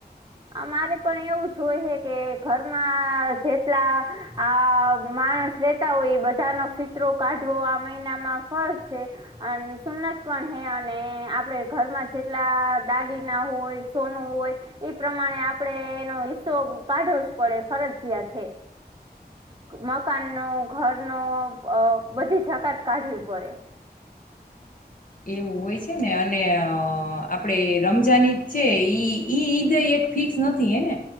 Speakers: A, on the right; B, on the left.
A: અમારે પણ એવું જોય હોય હે કે, ઘરમાં જેટલા આ માણસ રેતા હોય એ બધાનો ફિતરો કાઢવો આ મહિનામાં ફળ છે. અને સુન્નત પણ હે અને આપડે ઘરમાં જેટલા દાગીના હોય, સોનું હોય, એ પ્રમાણે આપડે એનો હિસ્સો કાઢવો જ પડે ફરજિયાત હે મકાનનો, ઘરનો બધી જકાત કાઢવી પડે.
B: એવું હોય છે ને અન ને અ આપડે રમજાન ઈદ છે, ઈ ઈ ઈદ એક ફિક્સ નથી હે ને